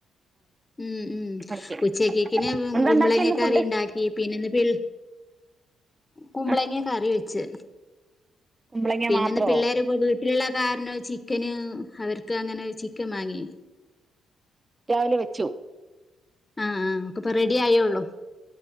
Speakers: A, on the left (about 20°); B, on the right (about 25°).
A: ഉം ഉം
B: കഴിക്കും
A: ഉച്ചക്കക്കിന്
B: എന്താ
A: കുമ്പളങ്ങ
B: ഉണ്ടാക്കിയെ ഇന്ന്
A: കറി
B: ഫുഡ്
A: ണ്ടാക്കി ക്കി പിന്നെന്ന്പിൽ കുമ്പളങ്ങ
B: ആഹ്
A: കറി വെച്ച്
B: കുമ്പളങ്ങ
A: പിന്നെന്ന്
B: മാത്രോ
A: പിള്ളേരൊക്കെ വീ ട്ടിലുള്ള കാരണം ചിക്കന് അവർക്ക് അങ്ങനെ ചിക്കൻ വാങ്ങി
B: രാവിലെ വെച്ചു
A: ആഹ് ആഹ് ഒക്കപ്പൊ റെഡി ആയോ ഒള്ളൂ